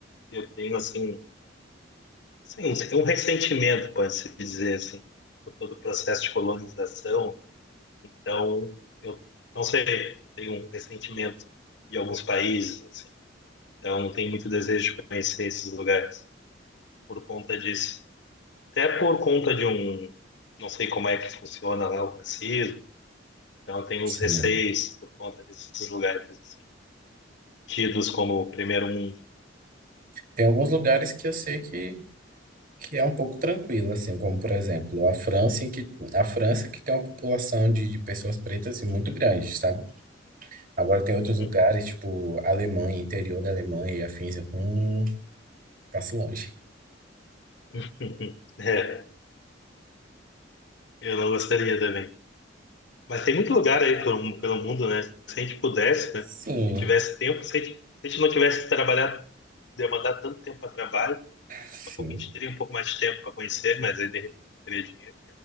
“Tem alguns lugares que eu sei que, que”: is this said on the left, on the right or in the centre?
Right